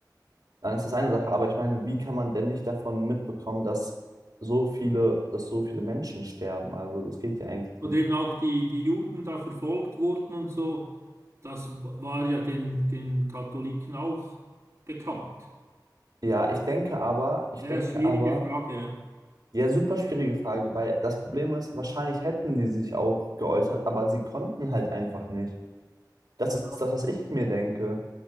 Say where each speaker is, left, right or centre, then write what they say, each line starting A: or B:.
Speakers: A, on the right; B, on the right.
A: dann ist das eine Sache. Aber ich meine, wie kann man denn nicht davon mitbekommen, dass so viele, dass so viele Menschen sterben? Also das geht ja eigentlich
B: oder
A: nicht.
B: eben auch die, die Juden da verfolgt wurden und so, das war ja den, den Katholiken auch bekannt.
A: Ja, ich denke aber, ich
B: Ja,
A: denke
B: ist eine
A: aber,
B: schwierige Frage.
A: ja, super schwierige Frage, weil das Problem ist, wahrscheinlich hätten die sich auch geäußert, aber sie konnten halt einfach nicht. Das
B: ja.
A: ist das, was ich mir denke.